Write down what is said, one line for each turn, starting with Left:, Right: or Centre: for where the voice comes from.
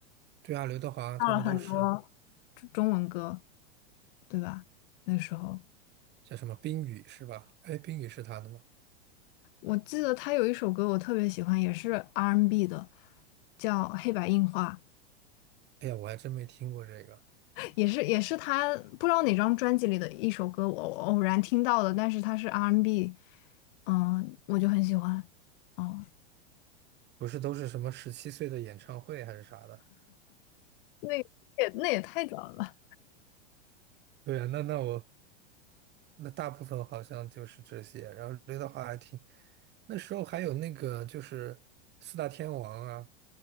Right: 对啊，刘德华他们都是
Left: 唱了很多中中文歌，对吧？那时候。
Right: 叫什么冰雨是吧？哎，冰雨是他的吗？
Left: 我记得他有一首歌我特别喜欢，也是 R&B n 的，叫《黑白印花》，
Right: 哎呀，我还真没听过这个。
Left: 也是也是他不知道哪张专辑里的一首歌，我我偶然听到的，但是他是 R&B，n 嗯，我就很喜欢，哦，
Right: 不是都是什么十七岁的演唱会还是啥的？
Left: 那也那也太早了，
Right: 对啊，那那我那大部分好像就是这些。然后刘德华还挺，那时候还有那个就是四大天王啊，